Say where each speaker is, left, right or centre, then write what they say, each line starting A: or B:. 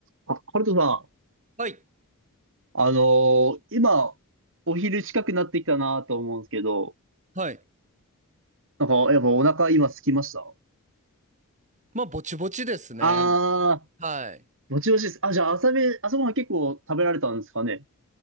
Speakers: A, on the right; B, on the right.
A: あ、ハルトさ
B: はい。
A: ん、あのー今、お昼近くなってきたなと思うんですけど、
B: はい。
A: なんか、やっぱお腹今空きました
B: まあ、ぼちぼちですね。
A: あ
B: はい。
A: ー、もちもちです。あ、じゃあ朝め、朝ごはん結構食べられたんですかね